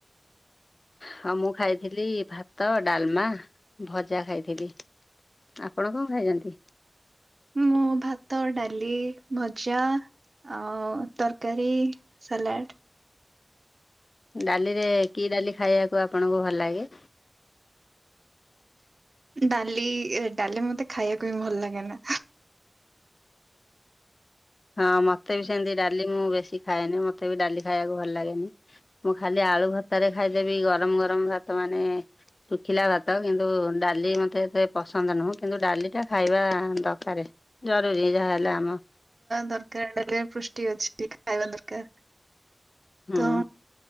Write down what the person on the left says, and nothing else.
ହଁ ମୁଁ ଖାଇଥିଲି ଭାତ, ଡାଲମା, ଭଜା ଖାଇଥିଲି। ଆପଣ କଣ ଖାଇଛନ୍ତି?
ଡାଲି ରେ କି ଡାଲି ଖାଇବାକୁ ଆପଣଙ୍କୁ ଭଲ ଲାଗେ?
ହଁ ମତେ ବି ସେମତି ଡାଲି ମୁଁ ବେଶୀ ଖାଏନି ମତେ ବି ଡାଲି ଖାଇବାକୁ ଭଲ ଲାଗେନି। ମୁଁ ଖାଲି ଆଳୁ ଆଳୁଭତ୍ତା ରେ ଖାଇଦେବି ଗରମ ଗରମ ଭାତ ମାନେ ଶୁଖିଲା ଭାତ, କିନ୍ତୁ ଡାଲି ମୋତେ ଏତେ ପସନ୍ଦ ନୁହଁ କିନ୍ତୁ ଡାଲିଟା ଖାଇବା ଦକାରେ। ଜରୁରୀ ଯାହା ହେଲେ ଆମ
ହୁଁ